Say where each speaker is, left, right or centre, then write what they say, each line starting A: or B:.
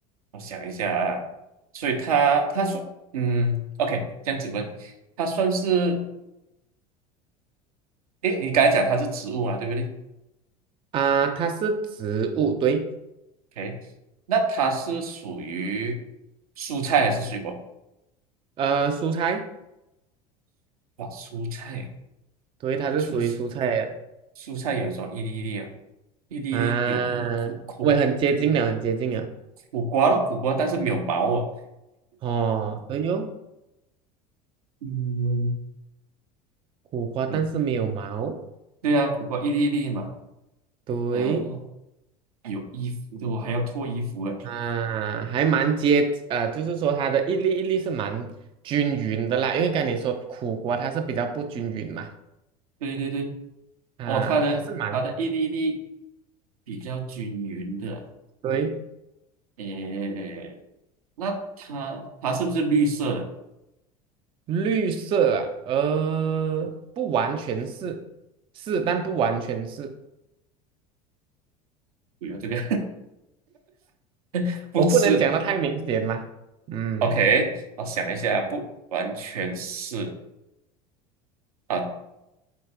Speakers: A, on the right (about 65°); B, on the right (about 25°).
A: 我想一下啊，所以它它说，嗯，OK，这样子问，它算是，诶，你刚才讲它是植物嘛，对不对？
B: 啊，它是植物，对，
A: OK，那它是属于蔬菜还是水果？
B: 呃，蔬菜，
A: 哇，蔬菜，
B: 对，它是属于蔬菜的
A: 蔬蔬菜有什么一粒一粒啊？一粒一粒有有苦苦
B: 啊，我也很接近了，很接近了。
A: 苦瓜咯，苦瓜，但是没有毛哦。
B: 哦，对哟，
A: 嗯
B: 苦瓜，
A: 嗯，
B: 但是没有毛，
A: 嗯对啊，苦瓜一粒一粒嘛。
B: 对。
A: 嗯、呃、哦，有衣服的，我还要脱衣服诶。
B: 啊，还蛮接，呃，就是说它的一粒一粒是蛮均匀的啦，因为跟你说苦瓜它是比较不均匀嘛，
A: 对对对，
B: 啊，
A: 哦，它的它的一粒一粒
B: 它是蛮
A: 比较均匀的。
B: 对
A: 诶，那它它是不是绿色的？
B: 绿色啊，呃，不完全是是，但不完全是，
A: 不要这个，<laughs> 不吃。
B: 我不能讲的太明显嘛，嗯，
A: OK，我想一下，不完全是啊，